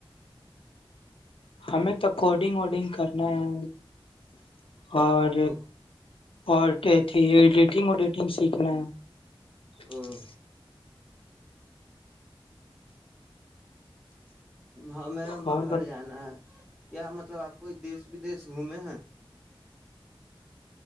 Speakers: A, in the centre; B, on the left (about 75°).
A: <unintelligible>
B: ہمیں تو کوڈنگ ووڈنگ <unintelligible> کرنا ہے اور
A: او
B: اور کہتی ایڈیٹنگ وڈیٹنگ سیکھنا ہے <unintelligible>
A: او ہمیں
B: اور
A: باہر
B: بت-
A: جانا ہے کیا مطلب آپ کوئی دیش بدیش گھومے ہیں